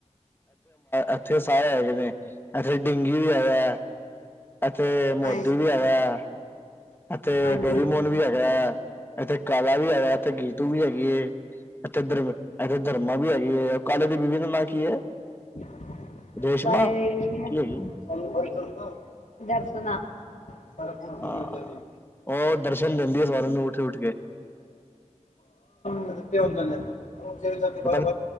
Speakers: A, on the left; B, on the left.
A: ਇੱਥੇ ਸਾਰੇ ਹੈਗੇ ਨੇ ਇਥੇ ਡਿੰਗੀ ਵੀ ਆਇਆ ਇਥੇ ਮੋਦੀ
B: ਹਾਂ
A: ਵੀ ਆਇਆ ਅਤੇ
B: ਹਾਂਜੀ
A: ਡੋਰੀ ਮੌਨ ਵੀ ਹੈਗਾ ਇਥੇ ਕਾਲਾ ਵੀ ਆਇਆ ਇੱਥੇ ਗੀਤੂ ਵੀ ਹੈਗੀ ਹ ਇਥੇ ਧਰਮਾਂ ਵੀ ਹੈਗੀ ਕਾਲੇ ਦੇ ਵਿਵੇਦ ਨਾ ਕੀ ਹੈ
B: <unintelligible>
A: ਰੇਸ਼ਮਾ ਕੀ ਹੈਗੀ
B: <unintelligible> ਹਾ ਹਾ
A: ਹਾਂ ਉਹ ਦਰਸ਼ਨ ਦਿੰਦੀ ਹੈ ਸਾਰਿਆਂ ਨੂੰ ਉੱਠ ਉੱਠ ਕੇ
B: ਅਦਰ ਇੰਦੇ ਨੇ ਬਾਹਰ ਹ ਚ
A: ਪਤਾ
B: ਬੇ
A: ਨੀ